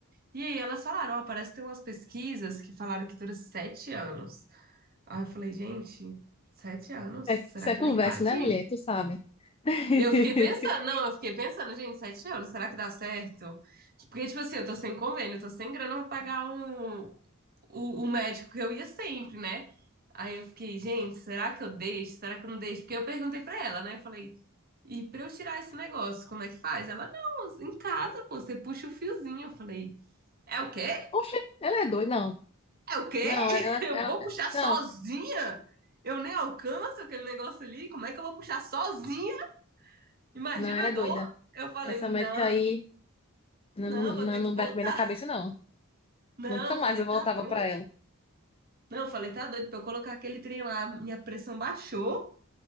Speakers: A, on the right; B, on the left.
A: E aí elas falaram, ó, parece que tem umas pesquisas que falaram que dura sete anos. Aí eu falei, gente, sete anos?
B: É-
A: Será
B: Isso é
A: que
B: conversa,
A: é verdade?
B: né, mulher? Tu sabe. <laughs>
A: Eu fiquei pensando, não, eu fiquei pensando, gente, sete anos, será que dá certo? Porque, tipo assim, eu tô sem convênio, eu tô sem grana pra pagar um, o, o médico que eu ia sempre, né? Aí eu fiquei, gente, será que eu deixo? Será que eu não deixo? Porque eu perguntei pra ela, né? Eu falei, e pra eu tirar esse negócio, como é que faz? Ela, não, em casa, pô, você puxa o fiozinho. Eu falei, é o quê?
B: Oxe, ela é doida. Não,
A: É o quê?
B: não,
A: <laughs>
B: ela,
A: Eu
B: ela,
A: vou puxar sozinha?
B: não,
A: Eu nem alcanço aquele negócio ali, como é que eu vou puxar sozinha? Imagina
B: não, ela
A: a
B: é
A: dor.
B: doida.
A: Eu falei,
B: Essa médica
A: não.
B: aí não,
A: Não,
B: não, não
A: vou ter
B: não
A: que voltar.
B: bate bem na cabeça, não.
A: Não,
B: Nunca mais
A: falei,
B: eu voltava
A: tá doido?
B: pra ela.
A: Não, falei, tá doido. Pra eu colocar aquele trem lá, minha pressão baixou.